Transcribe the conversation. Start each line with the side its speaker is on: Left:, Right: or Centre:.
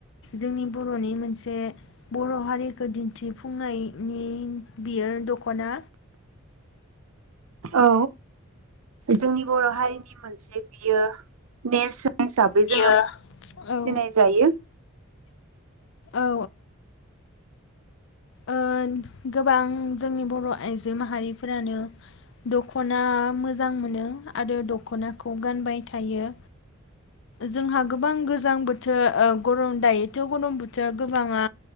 Left: जोंनि बर'नि मोनसे बर' हारि खो दिन्थिफुंनायनि बियो दखना
Right: औ जोंनि बर' हारिनि मोनसे बियो नेरसोन हिसाबै
Left: बियो
Right: जोङो
Left: औ
Right: सिनाय जायो।
Left: औ होन गोबां जोंनि बर 'आइजो माहारिफोरानो दख'ना मोजां मोनो आरो दख'नाखौ गानबाय थायो। जोंहा गोबां गोजां बोथोर ओ गरम दायोथ गरम बोथोर गोबाङा